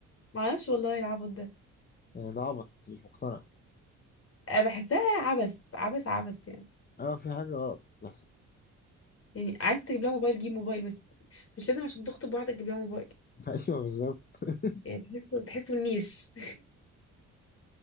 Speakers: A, on the left; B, on the left.
A: معرفش والله العبط ده
B: يعني ده عبط انت مش مقتنع
A: أنا بحسها عبث عبث عبث يعني
B: اه في حاجة غلط بتحصل
A: يعني عايز تجيب لها موبايل جيب موبايل بس مش لازم عشان تخطب واحدة تجيب لها موبايل
B: <laughs> ايوه بالظبط <laughs>
A: يعني بحسه بتحسه النيش